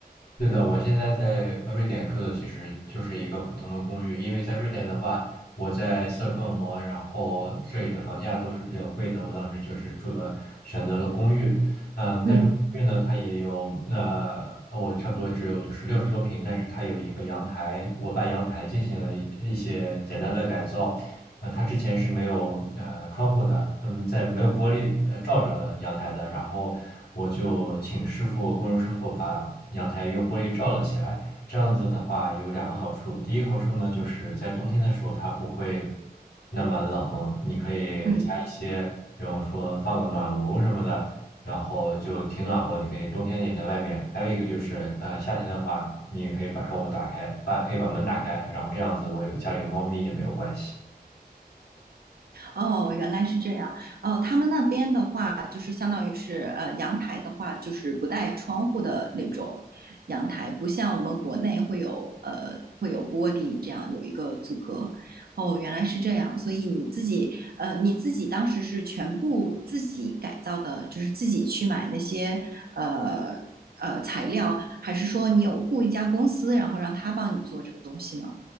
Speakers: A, on the left; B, on the right.
A: 对的，我现在在呃瑞典住的其实就是一个普通的公寓，因为在瑞典的话，我在斯德哥尔摩，然后这里的房价都是比较贵的，我当时就是住了选择了公寓，嗯，
B: 嗯
A: 但是公寓呢，它也有呃，我差不多只有就是六十多平，但是它有一个阳台，我把阳台进行了一一些简单的改造，呃，它之前是没有呃窗户的，嗯，在没有玻璃呃罩着阳台的。然后我就请师傅，工人师傅把阳台用玻璃罩了起来。这样子的话有两个好处，第一个好处呢，就是在冬天的时候它不会那么冷，你可以加一些，
B: 嗯
A: 比方说放个暖炉什么的，然后就挺暖和，你可以冬天也在外面。还有一个就是，呃，夏天的话，你也可以把窗户打开，把可以把门打开，然后这样子我有家里有猫咪也没有关系。
B: 哦，原来是这样。哦，他们那边的话，就是相当于是呃，阳台的话，就是不带窗户的那种阳台，不像我们国内会有呃会有玻璃这样有一个阻隔。哦，原来是这样。所以你自己呃，你自己当时是全部自己改造的，就是自己去买那些呃呃材料，还是说你有雇一家公司，然后让他帮你做这个东西呢？